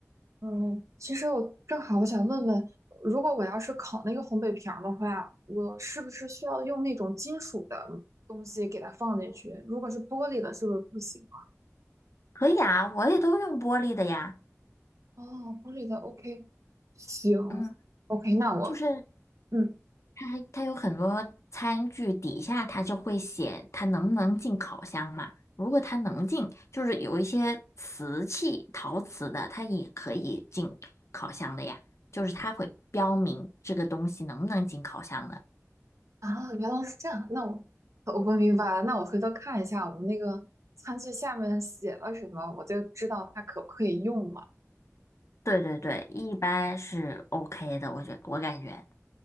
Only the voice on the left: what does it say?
可以啊，我也都用玻璃的呀。
嗯，
就是
它它有很多餐具底下它就会写它能不能进烤箱嘛。如果它能进，就是有一些瓷器、陶瓷的，它也可以进烤箱的呀。就是它会标明这个东西能不能进烤箱的。
对对对，一般是 OK 的，我觉我感觉。